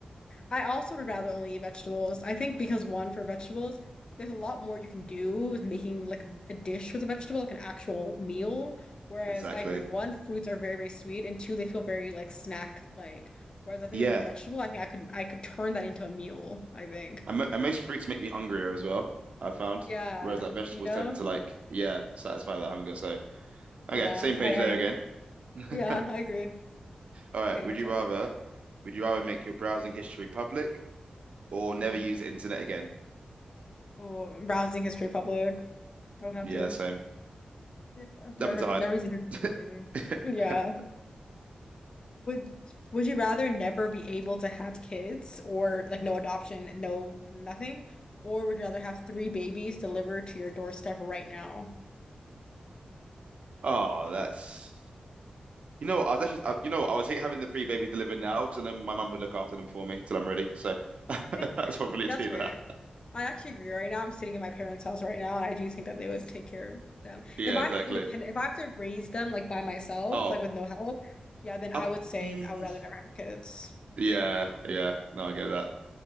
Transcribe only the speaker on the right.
Exactly.
Yeah,
and, mo and most fruits make me hungrier as well. I found,
whereas like vegetables
tend to like yeah satisfy that hunger. So
okay, same page
there
again. <laughs>
All right,
would
you rather would you rather make your browsing history public or
never use the internet again?
Yeah,
same.
Nothing to hide.
<laughs>
Oh, that's you know what I was actually uh, you know what I was hate having the three babies delivered now because I know my mum would look after them for me till I'm ready. So <laughs>
that's probably
do
that.
Yeah,
exactly.
Oh,
I,
mm,
yeah, yeah. No, I get that.